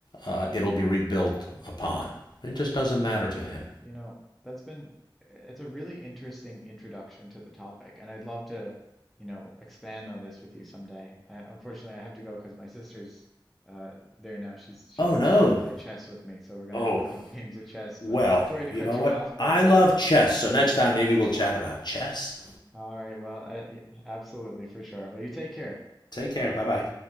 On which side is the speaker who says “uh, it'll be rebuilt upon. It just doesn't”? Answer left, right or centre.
Left